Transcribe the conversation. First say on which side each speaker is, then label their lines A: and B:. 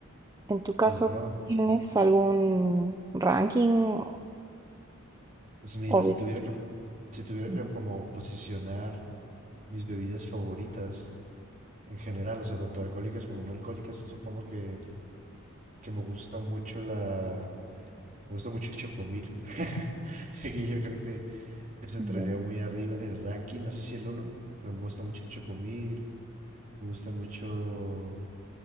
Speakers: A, on the right (about 15°); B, on the right (about 40°).
A: En tu caso,
B: El ron.
A: ¿tienes algún ranking
B: Pues mira,
A: o
B: si
A: bebidas?
B: tuviera que, si tuviera
A: Ujú,
B: que como posicionar mis bebidas favoritas en general, o sea, tanto alcohólicas como no alcohólicas, supongo que que me gusta mucho la... Me gusta mucho el chocomil. <laughs> Así que yo creo que eso entraría
A: ujú,
B: muy
A: ya.
B: arriba en el ranking. No sé si el uno, pero me gusta mucho el chocomil. Me gusta mucho